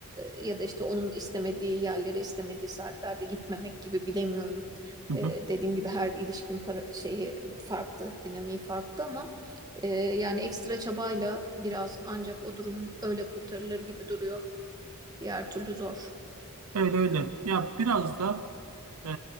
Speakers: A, on the right; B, on the right.
A: ya da işte onun istemediği yerlere istemediği saatlerde gitmemek gibi bilemiyorum.
B: Hı
A: E,
B: hı.
A: dediğim gibi her ilişkinin para, şeyi farklı, dinamiği farklı ama e, yani ekstra çabayla biraz ancak o durum öyle kurtarılır gibi duruyor. Diğer türlü zor.
B: Öyle öyle. Ya biraz da Ee,